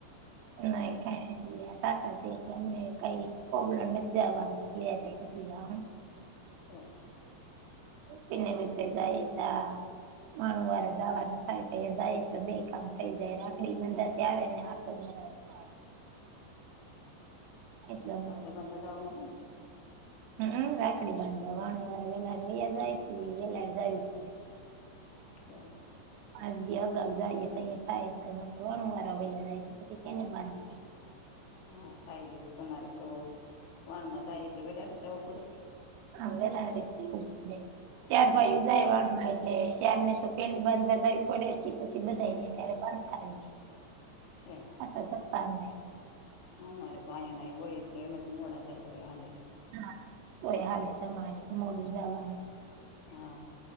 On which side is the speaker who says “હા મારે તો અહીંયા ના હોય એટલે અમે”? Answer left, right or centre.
Left